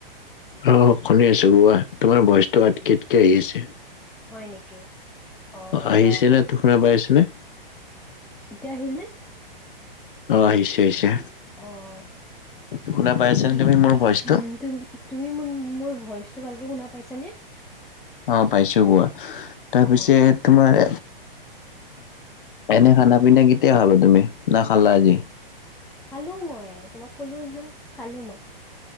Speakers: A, on the left; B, in the centre.
A: আহ শুনি আছো কোৱা তোমাৰ ভয়চটো আটকি আটকি আহিছে।
B: হয়, নেকি অ', দিয়া
A: আহিছে নে শুনা পাই আছেনে
B: এতিয়া আহিল নে?
A: অ আহিছে আহিছে
B: অ',
A: শুনা পাইছানে
B: কি
A: তুমি মোৰ ভইচটো
B: উম, তুমি তুমি ম মোৰ ভইচটো ভালকে শুনা পাইছানে?
A: অ', পাইছোঁ কোৱা তাৰপিছত
B: অ
A: তোমাৰ এনে খানা পিনা কেতিয়া খাবা তুমি নে খালা আজি?
B: খালোঁ মই তোমাক কলো ন' খালোঁ মই